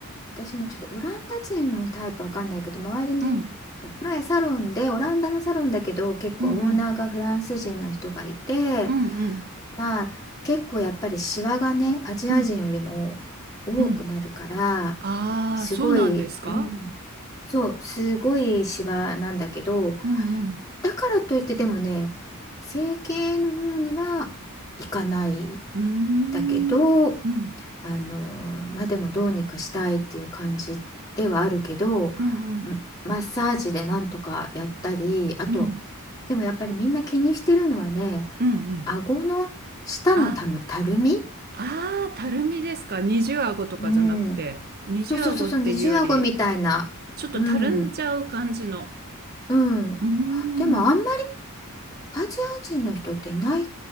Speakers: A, on the left (about 15°); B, on the right (about 45°).
A: 私もちょっとオランダ人のタイプわかんないけど、周りに
B: うん
A: 前サロンで、オランダのサロンだけど、結構オーナーがフランス人の人がいて、
B: うんうんうん
A: まあ結構やっぱりシワがね、アジア人よりも多くなるから、
B: うんうん。ああー、
A: すごい、
B: そうなんですか
A: うん、そう、すごいシワなんだけど、
B: うんうん。
A: だからといってでもね、整形の方には行かない。
B: うーん。
A: だけど、
B: うん
A: あのまあでもどうにかしたいっていう感じではあるけど
B: うんうん
A: んマッサージでなんとかやったりあと
B: うん
A: でもやっぱりみんな気にしてるのはね
B: うんうん。
A: 顎の下のたむ、
B: あ
A: たるみ
B: ああ、たるみですか。二重顎とかじゃなくて。
A: うん
B: 二重顎っていうより、
A: そうそうそうそう二重顎みたいなうん
B: ちょっとたるんじゃう感じの。
A: うん
B: うーん。
A: でもあんまりアジア人の人っていない